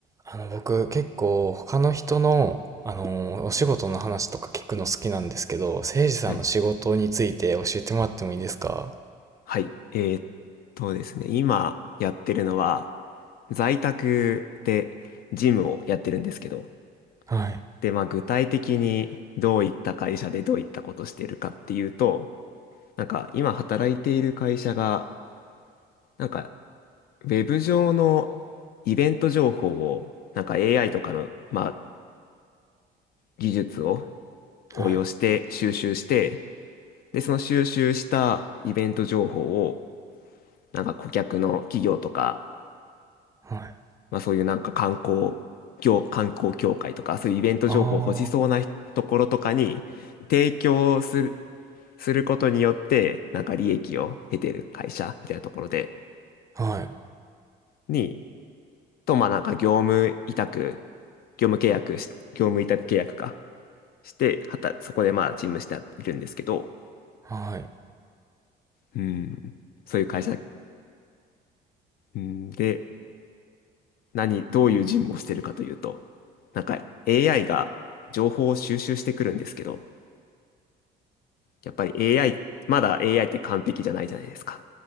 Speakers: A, on the right; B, on the left.
A: あの、僕結構他の人の、あの、お仕事の話とか聞くの好きなんですけど、誠司さんの仕事について教えてもらってもいいですか
B: はい。はい。えーっとですね、今やってるのは、在宅でジムをやってるんですけど、
A: はい、
B: で、まあ具体的にどういった会社でどういったことしてるかっていうと、なんか今働いている会社が、なんかウェブ上のイベント情報を、なんか AI とかの、まあ技術を応用して収集して、
A: はい、
B: で、その収集したイベント情報を、なんか顧客の企業とか
A: はい。
B: まあ、そういうなんか観光業、観光協会とか、そういうイベント情報を欲しそうなところとかに提供する、
A: あ
B: することによって、なんか利益を得てる会社みたいなところで、
A: あ、はい、
B: に、と、まあなんか業務委託、業務契約し、業務委託契約かして、はた、そこでまあ事務しているんですけど、
A: はい。
B: うん、そういう会社、うん、で、何、どういう事務をしてるかというと、なんか AI が情報を収集してくるんですけど、やっぱり AI、まだ AI って完璧じゃないじゃないですか。